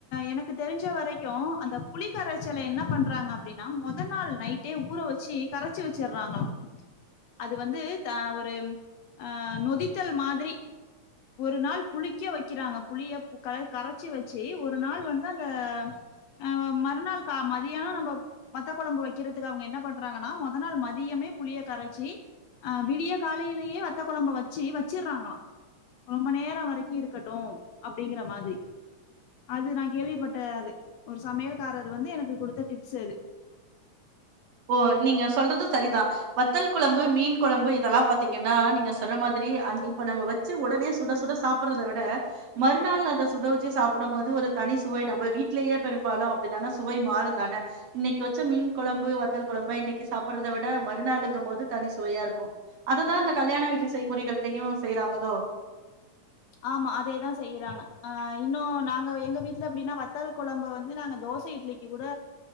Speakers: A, on the left; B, on the right.
A: எனக்கு தெருஞ்ச வரைக்கு அந்த புளி க்கரைச்சல என்ன பண்றாங்க அப்டின்னா மொத நாள் நைட்டே ஊற வச்சு கரச்சி வச்சுறாங்களா அது வந்து த ஒரு அ நொதித்தல் மாதிரி ஒரு நாள் புளிக்க வைக்குறாங்க புளிய க கரச்சு வச்சு ஒரு நாள் வந்து அந்த ஆ மறுநாள் கா மதியானோ நம்ம வத்த குழம்பு வைக்கிறதுக்கு அவுங்க என்ன பண்றாங்கன்னா மொத நாள் மதியமே புளிய கரச்சி அ விடிய காலையிலேயே வத்த குழம்ப வச்சு வச்சறாங்களா ரொம்ப நேரோ வரைக்கு இருக்கட்டு அப்டிங்கிற மாதிரி அது நா கேள்விப்பட்டாது ஒரு சமையல்காரர் வந்து எனக்கு குடுத்த டிப்ஸ் அது
B: ஓ நீங்க சொல்றது சரிதா வத்தல் குழம்பு மீன் குழம்பு இதெல்லா பாத்தீங்கன்னா நீங்க சொல்ற மாதிரி அது இப்ப நம்ம வ வச்ச உடனே சுட சுட சாப்புட்றத விட மறுநாள் அத சுட வச்சு சாப்புடம் போது ஒரு தனி சுவை நம்ம வீட்லயே பெரும்பாலு அப்டிதானே சுவை மாறுந்தானே இன்னிக்கு வச்ச மீன் கொழம்பு வத்தல் கொழம்பு இன்னிக்கு சாப்பிடுறத விட மறுநாளுங்கு போது தனி சுவையா இருக்கு அதுதா இந்த கல்யாண வீட்டு செய்முறைகள்லயையு செய்றாங்களோ
A: ஆமா அதேதா செய்றாங்க அ இன்னு நாங்க எங்க வீட்ல எப்டின்னா வத்தல் குழம்ப வந்து நாங்க தோச இட்லி கி கூட